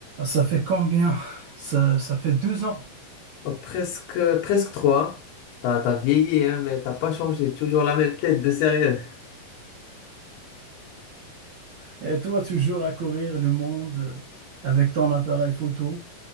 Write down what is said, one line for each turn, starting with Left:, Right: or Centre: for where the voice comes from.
Right: Ça fait combien? Ça, ça fait deux ans.
Left: Oh, Presque, presque trois. T'as, t'as vieilli, hein, mais t'as pas changé. Toujours la même tête de sérieux.
Right: Et toi, toujours à courir le monde euh, avec ton appareil photo.